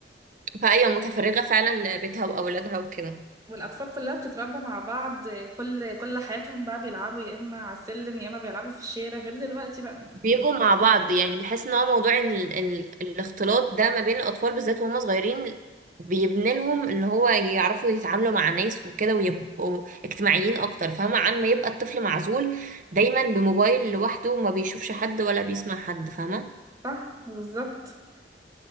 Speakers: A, on the right (about 45°); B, on the right (about 20°).
A: فأيوة متفرغة فعلا لبيتها وأولادها وكده
B: والاطفال كلها بتتربى مع بعض كل كل حياتهم بقى بيلعبوا يا اما على السلم يا اما بيلعبوا في الشارع غير دلوقتي بقى
A: بيبقوا
B: الموبايل
A: مع بعض يعني بحس ان هو موضوع إن ال... ال... الاختلاط ده ما بين الاطفال بالذات وهم صغيرين بيبني لهم ان هو يعرفوا يتعاملوا مع ناس وكده ويبقوا اجتماعيين اكتر فاهمة عن ما يبقى الطفل معزول دايما بموبايل لوحده وما بيشوفش حد ولا بيسمع حد فاهمة
B: صح بالظبط